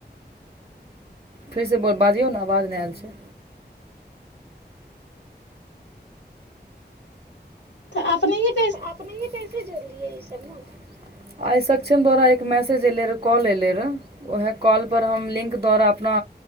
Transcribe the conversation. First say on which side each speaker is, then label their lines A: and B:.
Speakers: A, on the right (about 35°); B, on the left (about 85°).
A: फेरसँ ब बाजियौ ने आवाज नहि आयल छै
B: तऽ अपने छड
A: तऽ अपनेही कैसे जोड़लियै ईस। भमे र आइ सक्षम द्वारा एक मैसेज एयलै रहए कॉल एयलै रहए उएह कॉलपर हम लिंक द्वारा अपना